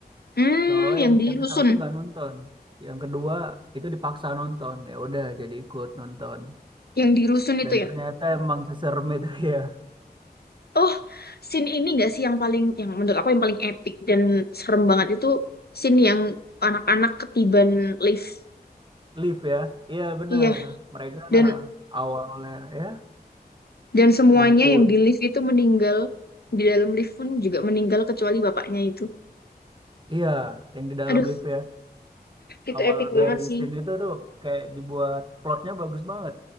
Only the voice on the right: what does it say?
soalnya
yang
yang
ke satu nggak nonton yang kedua itu dipaksa nonton ya udah jadi ikut nonton
dan ternyata
emang seserem itu <laughs> ya
live ya iya benar
mereka
awalnya ya
ngumpul
iya yang di dalam
live ya
awal
dari
scene itu tuh kayak dibuat plotnya bagus banget